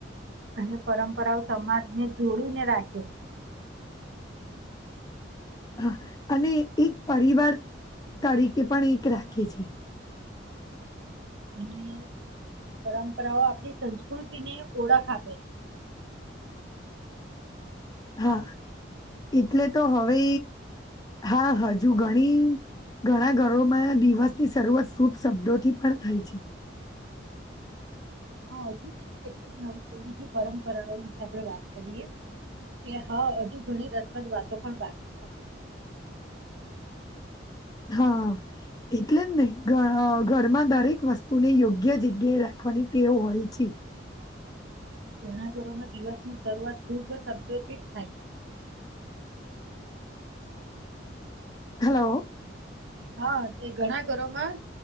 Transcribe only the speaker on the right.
અને પરંપરાઓ સમાજને જોડીને રાખે છે
અને પરંપરાઓ આપણી સંસ્કૃતિને ઓળખ આપે <unintelligible>
હા હજી બીજી કેટલીક નવી પેઢી તે પરંપરાઓ વિશે આપડે વાત કરીએ કે હા હજુ ઘણી રસપ્રદ વાતો પણ બાકી જાય.
ઘણા ઘરોમાં દિવસની શરૂઆત ધુર્ભ શબ્દોથી થાય <unintelligible>
હા તે ઘણા ઘરોમાં